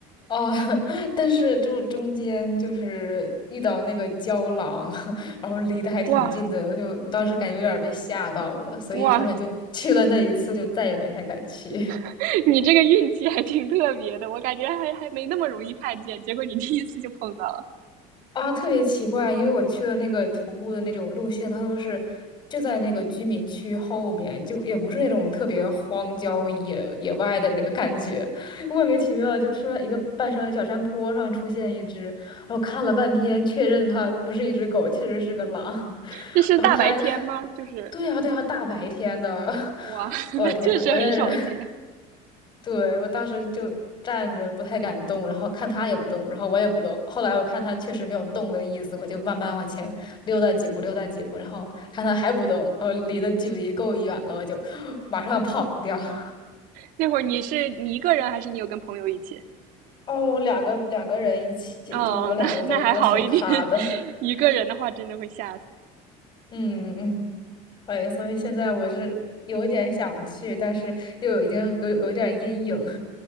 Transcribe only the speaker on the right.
哇
哇，
<laughs> 你这个运气还挺特别的，我感觉还还没那么容易看见，结果你第一次就碰到了。
这是大白天吗？
就是
哇，
<laughs>
那确实很少见。
那会儿你是你一个人还是你有跟朋友一起？
哦，
那那还好一点，<laughs>
一个人的话真的会吓死。